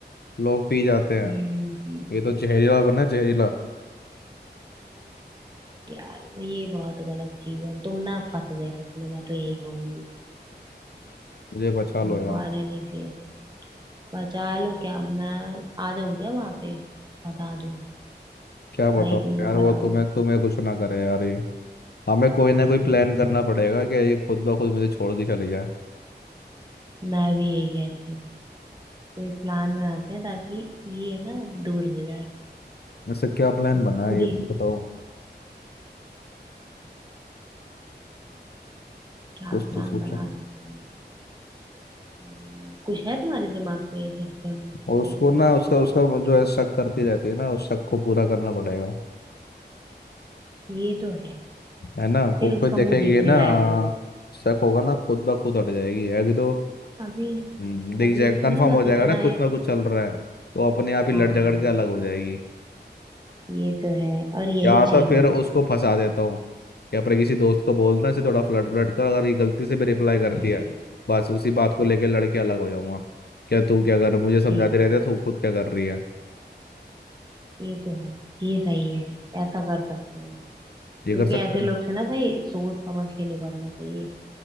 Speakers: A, on the left (about 65°); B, on the right (about 25°).
A: लोग पी जाते हैं
B: हम्म
A: ये तो जहरीला बना है, जहरीला
B: यार वो ये बहुत गलत चीज है तुम ना फंस गए सच में मैं तो यही कहूंगी
A: मुझे बचा
B: तुम
A: लो यार
B: वहां रहने से बचा लो क्या मैं आ जाऊं क्या वहां पे बता दूं
A: क्या बताओ
B: भाई तुम
A: यार
B: लोग
A: वो
B: अलग हो
A: तुम्हें तुम्हें कुछ ना करे यार ये हमें कोई ना कोई प्लान करना पड़ेगा कि ये खुद ब खुद मुझे छोड़ के चले जाए
B: मैं भी यही कहती हूँ कोई प्लान बनाते हैं ताकि ये ना दूर हो जाए
A: ऐसे क्या प्लान
B: तुम
A: बना
B: खुद
A: है ये
B: ही
A: तो बताओ
B: क्या
A: कुछ
B: प्लान
A: तो सोचो
B: बना सकते हैं हम्म, कुछ है तुम्हारे दिमाग में जिससे हम उसको
A: और उसको
B: ऐसे
A: ना
B: वो
A: उसका
B: कर सकते
A: उसका वो जो है शक करती रहती है ना उस शक को पूरा करना पड़ेगा
B: ये तो है
A: है ना
B: फिर
A: वो
B: उसका
A: फिर देखेगी
B: मुंह देखने
A: ये ना
B: लायक होगा
A: शक होगा ना खुद ब खुद हट जाएगी है भी तो
B: अभी
A: हम्म, दिख
B: अभी
A: जाएगा
B: उसको
A: कंफर्म
B: ना
A: हो
B: बस
A: जाएगा
B: इतना
A: ना कुछ
B: है
A: ना कुछ
B: कि
A: चल रहा है तो अपने आप ही
B: हाँ
A: लड़ झगड़ के अलग हो जाएगी
B: ये तो है और यही
A: या तो
B: चाहिए
A: फिर उसको फंसा देता हूँ कि अपने किसी दोस्त को बोलना इसे थोड़ा फ्लर्ट फ्लर्ट कर अगर ये गलती से भी रिप्लाई करती
B: हम्म
A: है बस उसी बात को लेके
B: हम्म।
A: लड़के अलग हो जाऊंगा क्या तू क्या कर मुझे समझाते
B: ये
A: रहते है तू खुद क्या कर रही है
B: ये तो है ये सही है ऐसा कर सकते हैं क्योंकि
A: ये कर सकते
B: ऐसे लोग
A: हैं
B: से ना भाई सोच समझ के निपटना चाहिए